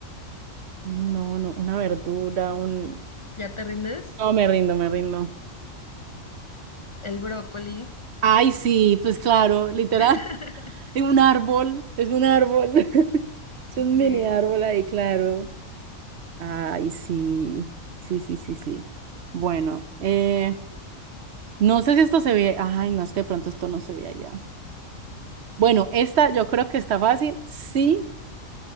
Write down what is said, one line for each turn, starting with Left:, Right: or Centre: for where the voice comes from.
Right: no, no, una verdura, un...
Left: ¿Ya te rindes?
Right: No, me rindo, me rindo.
Left: El brócoli.
Right: Ay, sí, pues claro, literal,
Left: <laughs>
Right: <laughs> es un árbol, es un árbol, <laughs> es un mini
Left: Sí.
Right: árbol ahí, claro. Ay, sí, sí, sí, sí, sí. Bueno, eh, No sé si esto se ve. Ay, no, es que de pronto esto no se ve allá. Bueno, esta yo creo que está fácil si